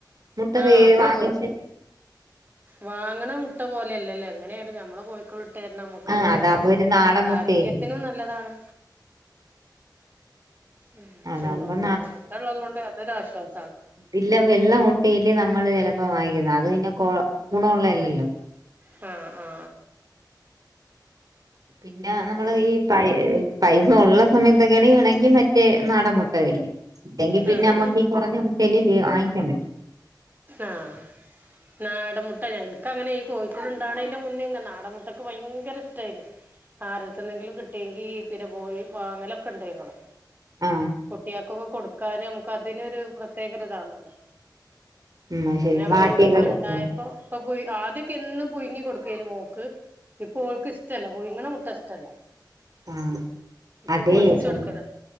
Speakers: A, on the right; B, on the right.
A: മുട്ട
B: ആഹ്
A: വേ
B: അത്
A: വാങ്ങിച്ച്
B: വാങ്ങണ മുട്ട പോലെയല്ലല്ലോ എങ്ങനെ ആലും ഞമ്മള് കോഴിക്കു ള്ള് <unintelligible> നമുക്കതൊരു
A: ആ അതാകുമ്പോ ഒരു നാടൻ മുട്ടയല്ലേ
B: ആരോഗ്യത്തിനും നല്ലതാണ്. ഉ
A: അതാകുമ്പോ
B: അപ്പം പിന്നെ മുട്ടള്ളത് കൊണ്ട് അതൊരാശ്വാസാണ്.
A: ഇതില്ലെ വെള്ള മുട്ടിയല്ലെ നമ്മള് ചിലപ്പോ വാങ്ങിക്കുന്നെ അത് പിന്നെ കൊ ഗുണം ഉള്ളയല്ലല്ലോ.
B: ആ ആ
A: പിന്നെ നമ്മള്
B: ആഹ്
A: ഈ പ പൈസ ഉള്ള സമയത്തൊക്കെയാണെങ്കി വേണമെങ്കിൽ മറ്റേ നാടൻ മുട്ട മുട്ട വേടിക്കും ഇണ്ടെങ്കി പിന്നെ
B: ഉം
A: നമ്മുക്ക് ഈ കുറഞ്ഞ മുട്ടയല്ലേ വേ വാങ്ങിക്കാൻ പറ്റു
B: ആഹ നാടൻമുട്ട ഞങ്ങക്കങ്ങനെ ഈ കോഴിക്കുഞ്ഞ് ഉണ്ടാകണേന്റെ മുന്നേ ഇ നാടൻമുട്ടക്കെ ഭയങ്കര ഇഷ്ടായിരുന്നു. ആരടുത്തുന്നെങ്കിലും കിട്ടിയെങ്കിൽ പിന്നെ പോയി വാങ്ങലൊക്കെ ഉണ്ട് ഞങ്ങള്.
A: ആ
B: കുട്ടിയൾക്കൊക്കെ കൊടുക്കാനും നമുക്ക് അതിനൊരു പ്രത്യേക ഒരിതാണല്ലോ.
A: ഉം
B: ഇപ്പ
A: ശരി
B: പിന്നെ നമ്മടെ
A: വാട്ടിയൊക്കെ
B: വീട്ടിലുണ്ടായപ്പോ
A: കുടിക്കാൻ
B: ഇപ്പൊ പു ആദ്യൊക്കെ എന്നും പുഴുങ്ങി കൊടുക്കുവായിരുന്നു മോക്ക്. ഇപ്പ ഓൾക്ക് ഇഷ്ടല്ല പുയുങ്ങണ മുട്ട ഇഷ്ടല്ല
A: ആഹ്
B: ഇപ്പൊ
A: അതെ
B: പൊരിച്ച്
A: സ്വ
B: കൊടുക്കലാ